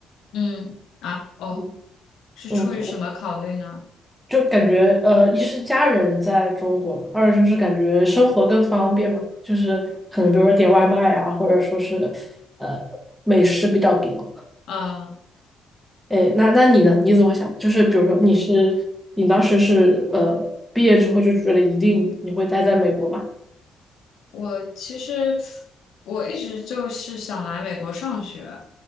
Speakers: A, on the left; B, in the centre.
A: 嗯啊哦，
B: 嗯，
A: 是出于什么考虑呢？
B: 嗯，就感觉呃，一是家人在中国嘛，二就是感觉生活更方便嘛，就是可能比如说点外卖啊，或者说是呃美食比较多。
A: 啊，
B: 哎，那那你呢？你怎么想？就是比如说你是你当时是呃毕业之后就觉得一定你会待在美国嘛？
A: 我其实我一直就是想来美国上学，